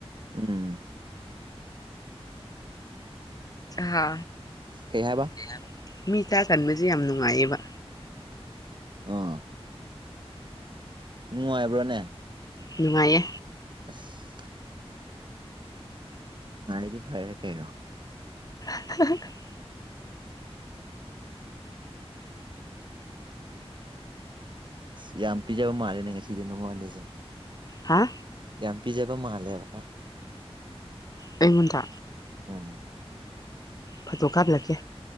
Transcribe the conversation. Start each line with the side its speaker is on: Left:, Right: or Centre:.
Right: ꯎꯝ
Left: ꯍꯥ
Right: ꯀꯩ ꯍꯥꯏꯕ
Left: ꯀꯩꯍꯥꯏꯕ ꯃꯤ ꯆꯥꯛꯍꯟꯕꯁꯦ ꯌꯥꯝ ꯅꯨꯡꯉꯥꯏꯌꯦꯕ
Right: ꯑꯥ ꯅꯨꯡꯉꯥꯏꯕ꯭ꯔꯣꯅꯦ
Left: ꯅꯨꯡꯉꯥꯏꯌꯦ
Right: ꯑꯁ ꯅꯨꯡꯉꯥꯏꯔꯗꯤ ꯐꯔꯦ ꯀꯩꯅꯣ
Left: <inaudible>
Right: ꯑꯁ ꯌꯥꯝ ꯄꯤꯖꯕ ꯃꯥꯜꯂꯦꯅꯦ ꯉꯁꯤꯗꯤ ꯅꯉꯣꯟꯗꯖꯦ
Left: ꯍꯥ
Right: ꯌꯥꯝ ꯄꯤꯖꯕ ꯃꯥꯜꯂꯦꯕ
Left: ꯑꯩꯉꯣꯟꯗ
Right: ꯎꯝ
Left: ꯐꯣꯇꯣ ꯀꯥꯞꯂꯛꯀꯦ